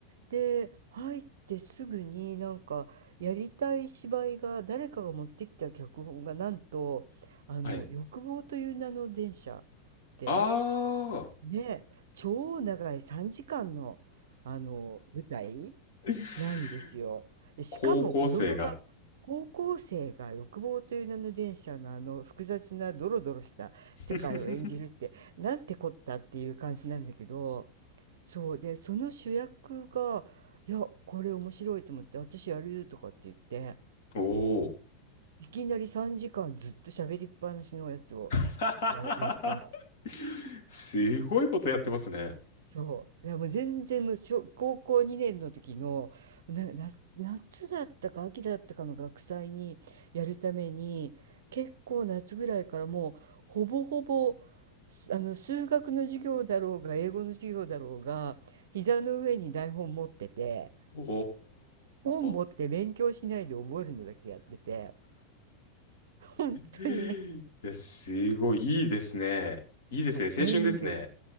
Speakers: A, on the right; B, on the left.
A: で、入ってすぐになんかやりたい芝居が誰かが持ってきた脚本がなんと「あの欲望という名の電車」っ
B: はい。
A: て
B: あ
A: ね、超長い3時間の、あの舞台
B: ー。
A: なんですよ。
B: <laughs>
A: で、しかも子供が
B: 高校生が。
A: 高校生が欲望という名の電車のあの複雑なドロドロした世界を演じるって、
B: <laughs>
A: なんてこったっていう感じなんだけど。そうで、その主役が、いや、これ面白いと思って、私やるとかって言って、
B: おー。
A: いきなり3時間ずっと喋りっぱなしのやつを
B: <laughs>
A: やら、やったの。
B: すごいことやってますね。
A: そう。いや、もう全然もう小、高校2年の時の、な、な、夏だったか秋だったかの学祭にやるために、結構夏ぐらいからもう、ほぼほぼ、すあの、数学の授業だろうが、英語の授業だろうが、膝の上に台本持ってて、
B: お
A: 本持って勉強しないで覚えるのだけやってて、
B: ー。
A: 本当に、
B: いや、すごい、いいですね。いいですね。
A: いや、全部、
B: 青春ですね。